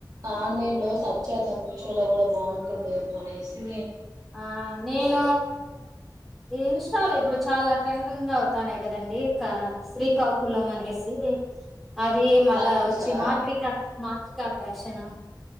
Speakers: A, on the right (about 55°); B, in the centre.
A: ఆన్లైన్ లో సర్చ్ చేద్దాం మీషో లో కూడా బాగుంటుందేమో అనేసి
B: ఆ నేను ఇంస్టా లో ఇప్పుడు చాలా ట్రేండింగ్ అవుతాన్నాయి కదంీ శ్రీకాకుళం అనేసి అది మళా
A: దాంట్లో చూసారా
B: వచ్చి మాత్రికా మాత్రికా ఫ్యాషన్ తే నా